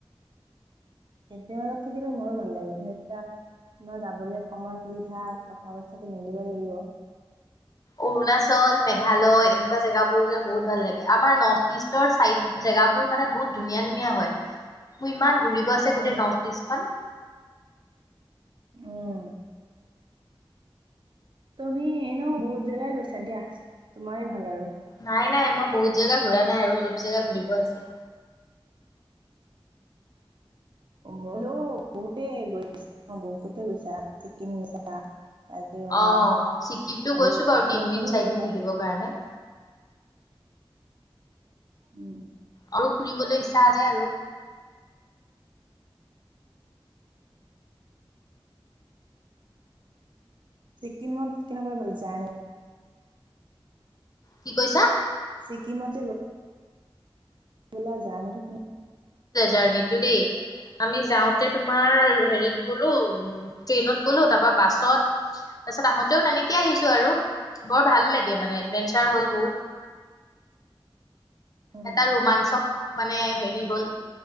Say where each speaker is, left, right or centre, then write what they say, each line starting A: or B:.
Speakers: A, on the right; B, on the left.
A: খে মাজত থাকিলে মোৰো ভাল লাগে কিন্তু এতিয়া তোমাৰ যাবলৈ সময় সুবিধা টকা পইচাটো মিলিব লাগিব
B: অৰুণাচল মেঘালয় এনেকুৱা জেগাবোৰ যে বহুত ভাল লাগে আমাৰ নৰ্থ ইষ্টৰ চাইড জেগাবোৰ মানে বহুত ধুনীয়া ধুনীয়া হয় মোৰ ইমান ঘূৰিব আছে
A: উম,
B: গোটেই নৰ্থ ইষ্ট খন
A: উম তুমি এনেও বহুত জেগাই গৈছা দিয়া তোমাৰ ভাল আৰু
B: নাই নাই মই বহুত জেগা ঘুৰা নাই আৰু অলপ জেগা ঘুৰিব আছে
A: হলেও বহুতে গৈছা বহুততে গৈছা চিকিম গৈছা কাজিৰঙা
B: অ ছিকিমটো
A: আৰু
B: গৈছো বাৰু
A: অৰুণাচলো
B: তিনদিন চাৰিদিন
A: গৈছা
B: থাকিবৰ কাৰণে
A: উম
B: আৰু ফুৰিবলৈ ইচ্ছা আছে আৰু
A: ছিকিমত কেনেকুৱা গলে জান
B: কি কৈছা
A: ছিকিমত যে লল জাৰ্টো
B: জাৰনি টো দেই আমি যাওঁতে তোমাৰ হেৰিত গলো ট্ৰেইনত গলো তাৰ পৰা বাছত তাৰপিছত আহোতেও তেনেকে আহিছো আৰু বৰ ভাল লাগে মানে এডভেঞ্চাৰ হ'ল বহুত
A: উম,
B: এটা ৰোমাঞ্চক মানে হেৰি হ'ল